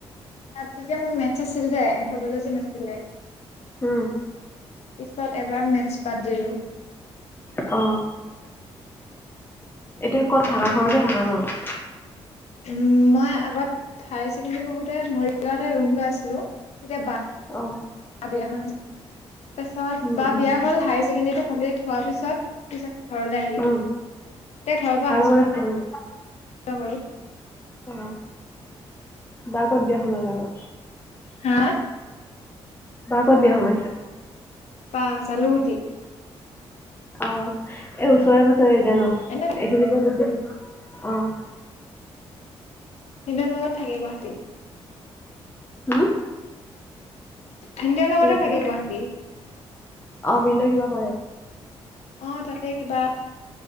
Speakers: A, on the left; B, on the left.
A: তাত যেতিয়া মোৰ মেথছ আছিল যে এন্থ'পলজী নাছিলে।
B: হম।
A: পিছত এবাৰ মেটছ বাদ দিলোঁ।
B: অ। এতিয়া ক'ত থাকা? ঘৰতে থাকা ন?
A: উম, মই আগত হায়াৰ ছেকেণ্ডৰী পঢ়োঁতে মৰিগাঁৱতে ৰুম লৈ আছিলো, তেতিয়া
B: অ।
A: বা বিয়া হোৱা নাছিল, পাছত
B: উম
A: বা
B: উম
A: বিয়া হ'ল হায়াৰ ছেকেণ্ডাৰীটো কমপ্লিট হোৱাৰ পিছত পিছত ঘৰলৈ আহিলো,
B: উম
A: এতিয়া ঘৰৰ পৰা আহা-যো
B: <unintelligible>
A: <unintelligible>
B: অ, বা ক'ত বিয়া সোমালে আকৌ?
A: হা!
B: বা ক'ত বিয়া সোমাইছে?
A: বা জালুগুটি।
B: অ, এই ওচৰে-পাজৰে এতিয়া ন,
A: এনে
B: এইখিনি পৰা <unintelligible>
A: ভিনদেউ লগত থাকে গুৱাহাটীত।
B: হম!
A: ভিনদেউ লগতে
B: কি কৈছিলা
A: থাকে গুৱাহাটী।
B: অ, ভিনদেউ কিবা কৰে?
A: অ', তাতে কিবা